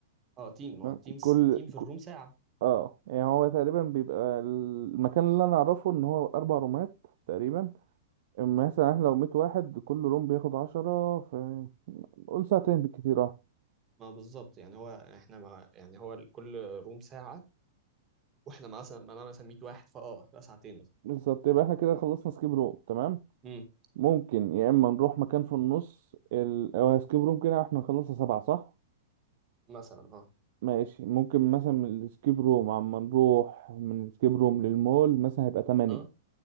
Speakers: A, on the right; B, on the right.
A: اه تيم ما
B: تمام
A: هو التيم س-
B: كل
A: التيم في الروم
B: ك-
A: ساعه
B: اه يعني هو تقريبا بيبقى المكان اللي انا اعرفه ان هو اربع رومات تقريبا أما
A: آه،
B: مثلا احنا لو 100 واحد كل روم بياخد 10 في قول ساعتين بالكتير اه
A: ما هو بالظبط يعني هو احنا ما يعني هو ال- كل روم ساعه واحنا مثلا انا مثلا 100 واحد فاه تبقى ساعتين مثلا
B: بالظبط يبقى احنا كده خلصنا سكيب روم تمام
A: امم
B: ممكن يا اما نروح مكان في النص ال... او سكيب روم كده احنا نخلصها سبعة صح
A: مثلا اه
B: ماشي ممكن مثلا من الاسكيب روم عما نروح من الاسكيب روم للمول مثلا هيبقى تمانية
A: اه